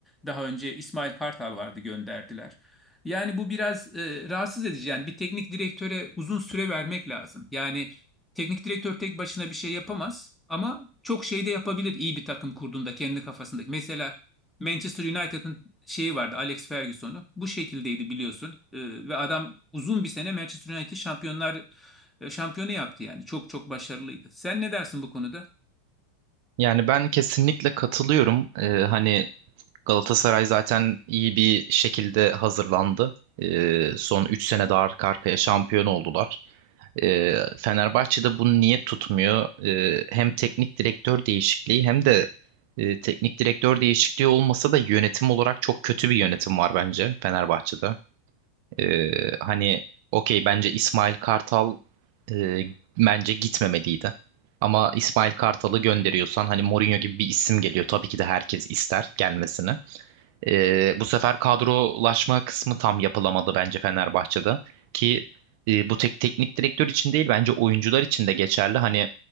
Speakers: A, in the centre; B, on the right.
A: daha önce İsmail Kartal vardı gönderdiler. Yani bu biraz e, rahatsız edici. Yani bir teknik direktöre uzun süre vermek lazım. Yani teknik direktör tek başına bir şey yapamaz ama çok şey de yapabilir iyi bir takım kurduğunda kendi kafasındaki. Mesela Manchester United'ın şeyi vardı Alex Ferguson'u. Bu şekildeydi biliyorsun. E, ve adam uzun bir sene Manchester United şampiyonlar e, şampiyonu yaptı yani. Çok çok başarılıydı. Sen ne dersin bu konuda?
B: Yani ben kesinlikle katılıyorum. Ee, hani Galatasaray zaten iyi bir şekilde hazırlandı. Ee, son 3 sene de arka arkaya şampiyon oldular. Ee, Fenerbahçe'de bunu niye tutmuyor? Ee, hem teknik direktör değişikliği hem de e, teknik direktör değişikliği olmasa da yönetim olarak çok kötü bir yönetim var bence Fenerbahçe'de. Ee, hani okey bence İsmail Kartal e, bence gitmemeliydi. Ama İsmail Kartal'ı gönderiyorsan hani Mourinho gibi bir isim geliyor. Tabii ki de herkes ister gelmesini. Ee, bu sefer kadrolaşma kısmı tam yapılamadı bence Fenerbahçe'de. Ki e, bu tek teknik direktör için değil bence oyuncular için de geçerli. Hani